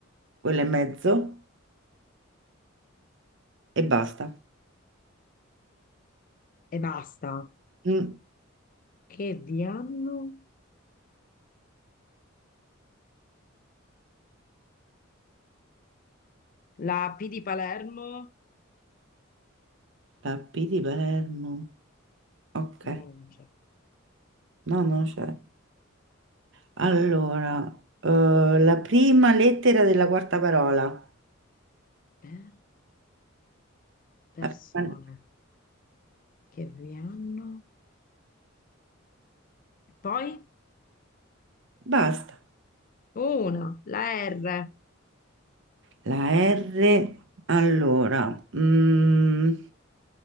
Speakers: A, on the right; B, on the left.
A: quella e mezzo. E basta.
B: e basta.
A: Mm,
B: Che vi hanno? La P di Palermo?
A: Tappi di Palermo. Ok,
B: No, non c'è.
A: no, no, c'è. Allora, eh, la prima lettera della quarta parola.
B: Beh, persone
A: La prima-
B: che vi hanno? E poi?
A: Basta.
B: Una, la R,
A: La R, allora, mm,